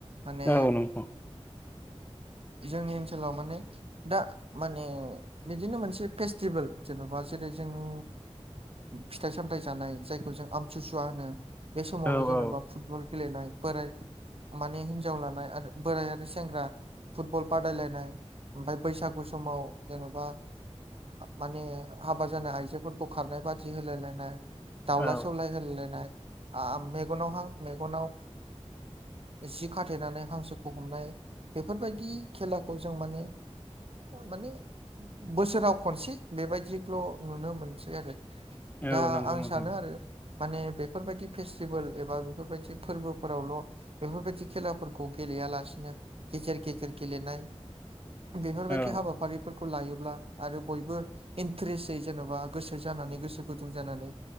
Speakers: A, on the right (about 60°); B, on the left (about 15°).
A: माने
B: औ औ नोंथां
A: जोंनि ओनसोलाव माने दा माने बिदिनो मोनसे फेस्टिभेल जेन'बा जेरै जोंनि फिथाइ सामथाइ जानाय जायखौ जों आमथि सुवा होनो बे समावल'
B: औ
A: जेनेबा
B: औ
A: फुटबल गेलेनाय बोराय माने हिनजाव लानाय आरो बोराय आरो सेंग्रा फुटबल बादायलायनाय ओमफ्राय बैसागु समाव जेन'बा माने हाबा जानाय आइजोफोरखौ खारनाय बादि होलायलायनाय दाउला
B: औ
A: सौलाय होलायलायनाय मेगनावहां मेगनाव जि खाथेनानै हांसोखौ हमनाय बेफोरबायदि खेलाखौ जों माने माने बोसोराव खनसे बेबायदिखौल' नुनो मोनसै आरो।
B: औ
A: दा
B: औ नंगौ
A: आं
B: नोंथां
A: सानो आरो माने बेफोरबायदि फेस्टिभेल एबा बेफोरबायदि फोरबोफोरावल' बेफोरबायदि खेलाफोरखौ गेलेयालासिनो गेजेर गेजेर गेलेनाय बेफोरबायदि
B: औ
A: हाबाफारि फोरखौ लायोब्ला आरो बयबो इन्ट्रेसै जेन'बा गोसो जानानै गोसो गुदुं जानानै